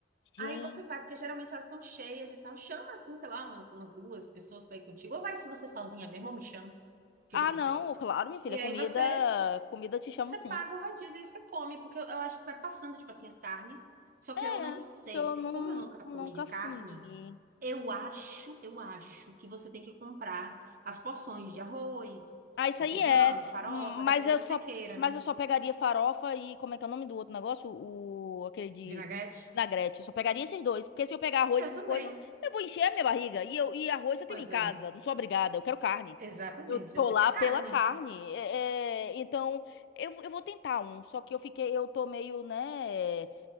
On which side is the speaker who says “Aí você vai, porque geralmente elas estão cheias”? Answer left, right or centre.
Right